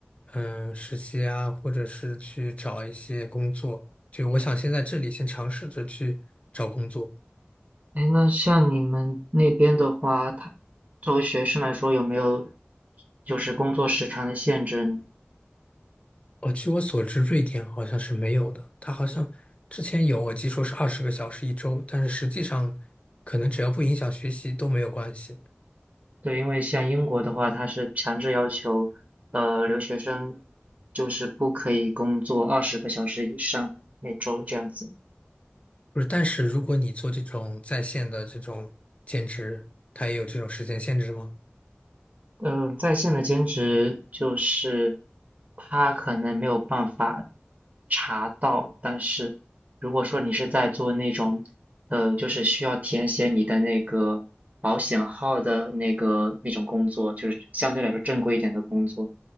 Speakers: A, on the left; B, on the right.
A: 嗯，实习啊，或者是去找一些工作。就我想先在这里先尝试着去找工作。
B: 哎，那像你们那边的话，他作为学生来说有没有就是工作时长的限制呢？
A: 呃，据我所知，瑞典好像是没有的。它好像之前有，我记说是二十个小时一周，但是实际上可能只要不影响学习都没有关系。
B: 对，因为像英国的话，它是强制要求，呃，留学生就是不可以工作二十个小时以上每周这样子。
A: 不是，但是如果你做这种在线的这种兼职，它也有这种时间限制吗？
B: 嗯、呃在线的兼职就是他可能没有办法查到，但是如果说你是在做那种，呃，就是需要填写你的那个保险号的那个那种工作，就是相对来说正规一点的工作，